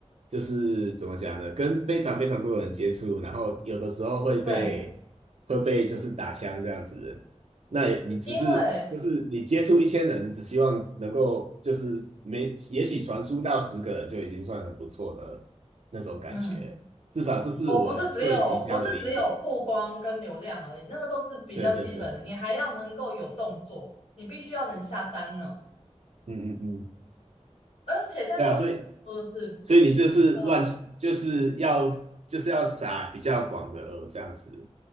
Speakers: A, on the right; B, on the left.
A: 就是怎么讲呢，跟非常非常多的人接触，然后有的时候会被
B: 对，
A: 会被就是打枪这样子。那你只是就是你接触一千人，
B: 因为
A: 你只希望能够就是没也许传输到十个人就已经算很不错的那种感觉，
B: 嗯，
A: 至少这是我对行销的理解。
B: 哦，不是只有不是只有曝光跟流量而已，那个都是比较基本的，
A: 对对对，
B: 你还要能够有动作，你必须要能下单呢。
A: 嗯嗯嗯。
B: 而且，但是我说的是，
A: 对啊，所以所以你这是乱，
B: 呃
A: 就是要就是要撒比较广的饵这样子，